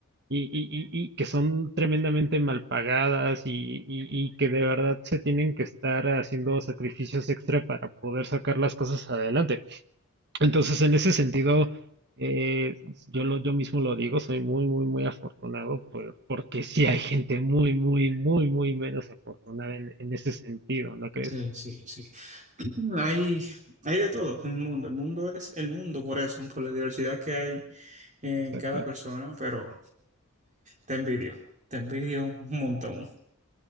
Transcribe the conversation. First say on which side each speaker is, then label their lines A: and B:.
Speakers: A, on the right; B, on the right.
A: y, y- y- y que son tremendamente mal pagadas y, y- y que de verdad se tienen que estar haciendo sacrificios extra para poder sacar las cosas adelante. Entonces, en ese sentido, eh, yo lo, yo mismo lo digo, soy muy, muy, muy afortunado por- porque sí hay gente muy, muy, muy, muy menos afortunada en, en ese sentido, ¿no crees?
B: Sí, sí, sí. <clears throat> Hay, hay de todo en el mundo. El mundo es el mundo por eso, por la diversidad que hay en
A: Exacto.
B: cada persona, pero te envidio, te envidio un montón.